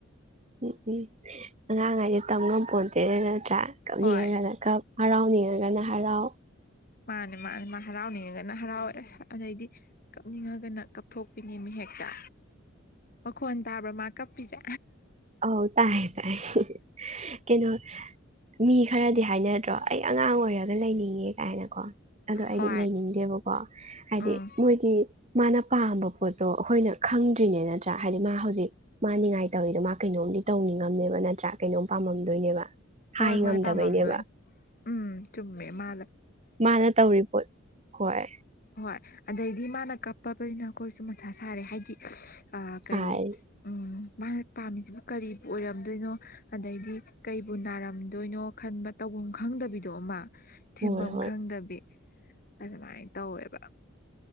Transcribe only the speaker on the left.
ꯍꯣꯏ
ꯃꯥꯅꯦ ꯃꯥꯅꯦ ꯃꯥ ꯍꯔꯥꯎꯅꯤꯡꯉꯒꯅ ꯍꯔꯥꯎꯋꯦ ꯑꯁ ꯑꯗꯩꯗꯤ ꯀꯞꯅꯤꯡꯉꯒꯅ ꯀꯞꯊꯣꯛꯄꯤꯅꯦ ꯃꯤ ꯍꯦꯛꯇ ꯃꯈꯣꯟ ꯇꯥꯕ꯭ꯔꯥ ꯃꯥ ꯀꯞꯄꯤꯁꯦ
ꯍꯣꯏ
ꯎꯝ
ꯍꯣꯏ
ꯍꯣꯏ
ꯄꯥꯝꯃꯝꯗꯣꯏ ꯎꯝ ꯆꯨꯝꯃꯦ ꯃꯥ
ꯍꯣꯏ ꯑꯗꯩꯗꯤ ꯃꯥꯅ ꯀꯞꯄꯕꯅꯤꯅ ꯑꯩꯈꯣꯏꯁꯨ ꯃꯊꯥ ꯁꯥꯔꯦ ꯍꯥꯏꯗꯤ ꯑ ꯀꯔꯤ
ꯎꯝ ꯃꯥꯅ ꯄꯥꯝꯃꯤꯁꯤꯕꯨ ꯀꯔꯤꯕꯨ ꯑꯣꯏꯔꯝꯗꯣꯏꯅꯣ ꯑꯗꯩꯗꯤ ꯀꯩ ꯕꯨ ꯅꯥꯔꯝꯗꯣꯏꯅꯣ ꯈꯟꯕ ꯇꯧꯐꯝ ꯈꯪꯗꯕꯤꯗꯣ ꯑꯃ ꯊꯦꯝꯐꯝ
ꯈꯪꯗꯕꯤ ꯑꯗꯨꯃꯥꯏꯅ ꯇꯧꯋꯦꯕ